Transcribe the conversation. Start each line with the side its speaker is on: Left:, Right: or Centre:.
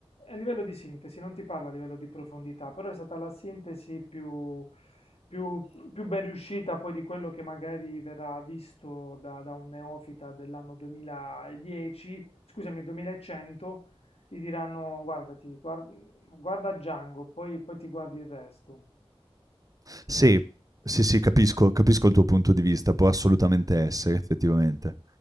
Left: a livello di sintesi, non ti parlo a livello di profondità, però è stata la sintesi più, più- più ben riuscita poi di quello che magari verrà visto da, da un neofita dell'anno 2010, scusami, 2100, gli diranno guardati, guar- guarda Django, poi, poi ti guardi il resto.
Right: Sì, sì, sì, capisco capisco il tuo punto di vista, può assolutamente essere effettivamente.